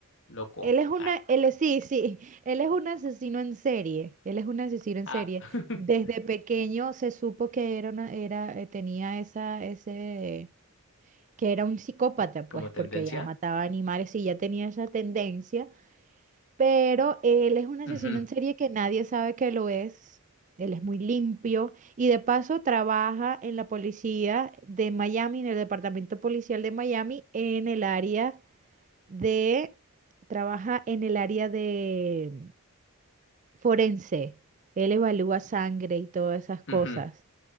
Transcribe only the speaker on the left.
loco.
Ah,
ah,
<laughs>
como
tendencia.
Ujú,
ujú.